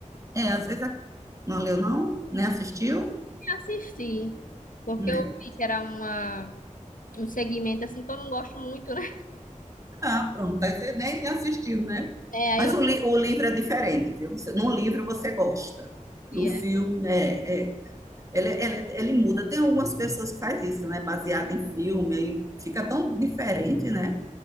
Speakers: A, on the right; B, on the left.
A: É, às vezes a- não leu, não, nem assistiu,
B: Nem assisti, porque
A: né?
B: eu vi que era uma, um segmento assim que eu não gosto muito, né?
A: Ah, pronto, aí você nem assistiu, né?
B: É, aí
A: Mas
B: eu
A: o, li- o livro é diferente, viu? Você, no livro você gosta
B: vi,
A: do
B: é,
A: filme, é, é. Ele, ele, ele muda. Tem algumas pessoas que fazem isso, né? Baseado em filme, aí fica tão diferente, né?